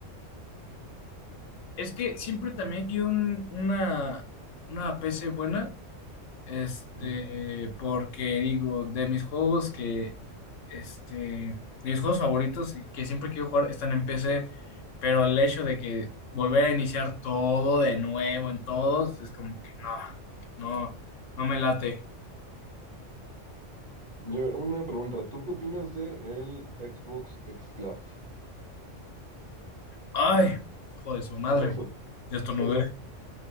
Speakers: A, on the left; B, on the right.
A: Es que siempre también quiero un- una, una PC buena Este,
B: Ujú.
A: porque digo, de mis juegos que, este, de mis juegos favoritos y que siempre quiero jugar están en PC, pero el hecho de que volver a iniciar todo de nuevo en todos es como que no, no, no me late.
B: Y a ver, una pregunta, ¿tú qué opinas de el Xbox Xcloud?
A: Ay, joder, su madre,
B: ¿Qué pasó?
A: ya
B: <laughs>
A: estornudé.
B: Salud.